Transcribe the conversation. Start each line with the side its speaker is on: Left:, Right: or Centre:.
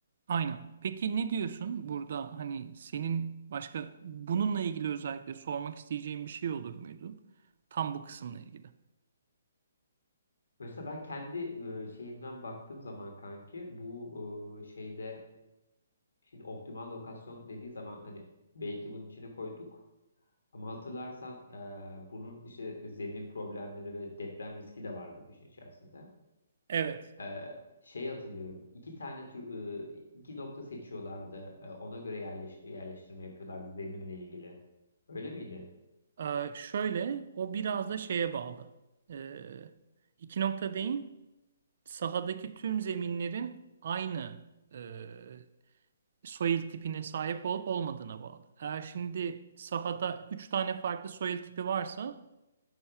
Right: Aynen. Peki ne diyorsun burada hani senin başka bununla ilgili özellikle sormak isteyeceğin bir şey olur muydu? Tam bu kısımla ilgili.
Left: Mesela ben kendi e, şeyimden baktığım zaman kanki bu e, şeyde şimdi optimal lokasyon dediği zaman hani belki bunun içine koyduk. Ama hatırlarsan e, bunun işte zemin problemleri ve deprem riski de vardı bu işin içerisinde.
Right: Evet.
Left: E, şey hatırlıyorum. iki tane tür, e, iki nokta seçiyorlardı. E, ona göre yerleş, yerleştirme yapıyorlardı zeminle ilgili. Öyle miydi?
Right: Ee, şöyle o biraz da şeye bağlı. Ee, iki nokta değil. Sahadaki tüm zeminlerin aynı e, soil tipine sahip olup olmadığına bağlı. Eğer şimdi sahada 3 tane farklı soil tipi varsa